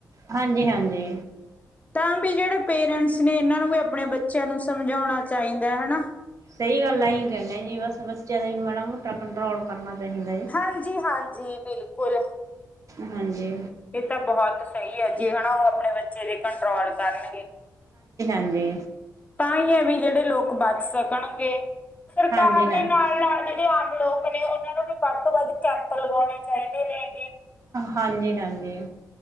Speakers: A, on the right (about 45°); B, on the left (about 20°).
A: ਹਾਂਜੀ-ਹਾਂਜੀ।
B: ਤਾਂ ਵੀ ਜਿਹੜੇ ਪੇਰੈਂਟਸ ਨੇ ਇਹਨਾਂ ਨੂੰ ਵੀ ਆਪਣੇ ਬੱਚਿਆਂ ਨੂੰ ਸਮਝਾਉਣਾ ਚਾਹੀਦਾ ਹੈਨਾ।
A: ਸਹੀ ਗੱਲ ਆਹੀ ਕਹਿਦੇ ਜੀ ਬਸ ਬੱਚਿਆਂ ਦਾ ਮਾੜਾ- ਮੋਟਾ ਕੰਟਰੋਲ ਕਰਨਾ ਚਾਹੀਦਾ। ਜੀ।
B: ਹਾਂਜੀ-ਹਾਂਜੀ, ਬਿਲਕੁਲ
A: ਹਾਂਜੀ।
B: ਇਹ ਤਾਂ ਬਹੁਤ ਸਹੀ ਹੈ, ਜੇ ਹੈਣਾ ਨਾ ਉਹ ਆਪਣੇ ਬੱਚੇ ਦੇ ਕੰਟਰੋਲ ਕਰਨਗੇ।
A: ਹਾਂਜੀ।
B: ਤਾਂਹੀ ਹੈ ਵੀ ਜਿਹੜੇ ਲੋਕ ਬਚ ਸਕਣਗੇ। ਸਰਕਾਰ
A: ਹਾਂਜੀ-ਹਾਂਜੀ।
B: ਦੇ ਨਾਲ- ਨਾਲ ਜਿਹੜੇ ਆਉਲੋ- ਨੇ ਉਹਨਾਂ ਨੂੰ ਵੀ ਵੱਧ ਤੋਂ ਵੱਧ ਕੈਂਪ ਲਗਾਉਣੇ ਚਾਹੀਦੇ ਨੇ ਤੇ
A: ਹਾਂਜੀ-ਹਾਂਜੀ।